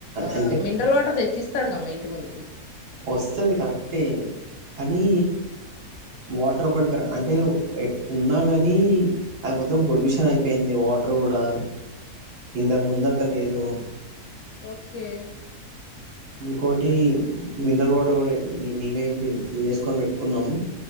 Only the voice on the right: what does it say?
అంటే
వస్తది కరెక్టే కానీ వాటర్ ఒకటికి అంటే ఉన్నా కానీ అవి మొత్తం పొల్యూషన్ ఐపోయింది వాటర్ గూడా ఇంతకు ముందాక లేదు
ఇంకోటి మినరల్ వాటర్ కూడా మేమే ఫిల్ చేసుకొని పెట్టుకున్నాము